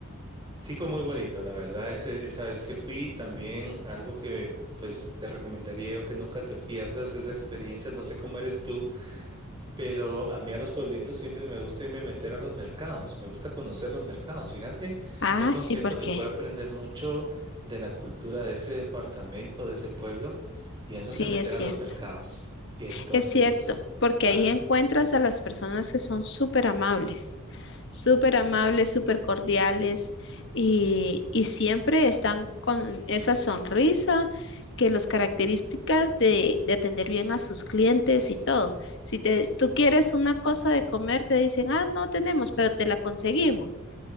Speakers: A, on the right (about 20°); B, on the left (about 55°).
A: Sí, fue muy bonito, la verdad, ese- esa vez que fui, también algo que pues te recomendaría yo que nunca te pierdas esa experiencia, no sé cómo eres tú, pero a mí a los pueblitos siempre me gusta irme a meter a los mercados, me gusta conocer los mercados, fíjate,
B: Ah,
A: uno
B: sí,
A: siento
B: ¿por
A: que
B: qué?
A: puede aprender mucho de la cultura de ese departamento, de ese pueblo, yéndose
B: Sí,
A: a meter
B: es cierto.
A: a los mercados. Y entonces,
B: Es cierto, porque
A: ajá.
B: ahí encuentras a las personas que son súper amables, súper amables, súper cordiales y, y siempre están con esa sonrisa que los características de, de atender bien a sus clientes y todo. Si te, tú quieres una cosa de comer, te dicen, ah, no tenemos, pero te la conseguimos.